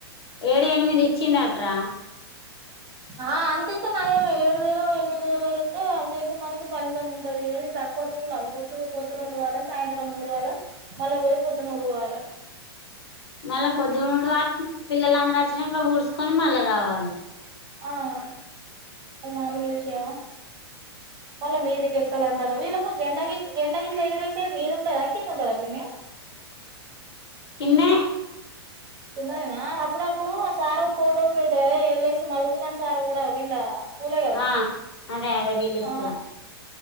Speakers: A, on the left; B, on the right.
A: ఏడు ఎనిమిది ఇచ్చిండట్రా.
B: ఆహ అంతింతే నయమే ఏడు వేలో, ఎనిమిది వేలో అయితే అది చేసిన దానికి ఫలితం ఉంటది ఏమి తక్కువ రూముల ఊడ్చుడు పొద్దున ఉడవాలే సాయంత్రం కూడా ఉడవాల మళ్ళీ పోయి పొద్దున ఉడవాల
A: మళ్ళ పొద్డు ఉడవాల పిల్లలు అందరు వచ్ చ్చినంక ఊడ్సుకొని మళ్ళా రావాలి
B: ఆ అ మరి మాములు విషయమా మళ్ళా మీదికి ఎక్కాలంటాను వీళ్ళకి జండాగి జండాగి ఇట్లా ఎగిరేసేది మీద ఉంటదా కింద ఉంటదా పిన్ని
A: కిన్నె
B: ఉన్నదేనా అప్పుడప్పుడు ఆ సారు ఫొటోస్ పెడుతడు కదే ఎళ్ళైసి మధుసూదన్ సారు కూడా వీళ్ళ స్కూలే కదా
A: ఆ అదే అదే వీళ్ళ
B: ఆ
A: స్కూల్